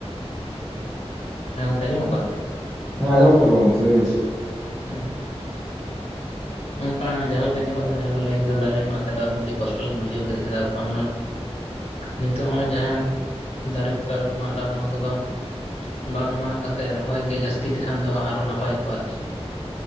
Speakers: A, on the left; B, in the centre.
A: ᱦᱮᱸ ᱜᱚᱢᱠᱮ ᱟᱸᱡᱚᱢᱚᱜ ᱠᱟᱱᱟ?
B: ᱦᱮᱸ ᱟᱸᱡᱚᱢᱚᱜ ᱠᱟᱱᱟ ᱜᱚᱢᱠᱮ ᱞᱟᱹᱭ ᱵᱮᱱ ᱥᱮ
A: <unintelligible> ᱱᱚᱝᱠᱟ ᱡᱟᱦᱟᱸ ᱞᱮᱠᱟ ᱧᱮᱞᱚᱜ ᱠᱟᱱᱟ ᱡᱟᱦᱟᱸ ᱵᱮᱱ ᱞᱟᱹᱭ ᱠᱮᱫᱟ ᱫᱟᱨᱮ ᱢᱟᱸᱜ ᱠᱷᱟᱡ ᱫᱚ ᱟᱹᱰᱤ ᱠᱚᱥᱴᱚ ᱞᱤᱧ ᱵᱩᱡᱷᱟᱹᱣ ᱠᱮᱫᱟ ᱪᱮᱫᱟᱜ ᱵᱟᱝᱢᱟ ᱱᱤᱛᱚᱜ ᱦᱚᱸᱜᱼᱚᱭ ᱡᱟᱦᱟᱸ ᱫᱟᱨᱮ ᱠᱚᱯᱮ ᱢᱟᱸᱜ ᱮᱫᱟ ᱱᱚᱣᱟ ᱠᱚᱫᱚ ᱵᱟᱝ ᱢᱟᱸᱜ ᱠᱟᱛᱮᱫ ᱨᱚᱦᱚᱭ ᱜᱮ ᱡᱟᱹᱥᱛᱤ ᱞᱮᱠᱷᱟᱱ ᱫᱚ ᱟᱨᱦᱚ ᱱᱟᱯᱟᱭ ᱠᱚᱜᱼᱟ ᱟᱨᱠᱤ᱾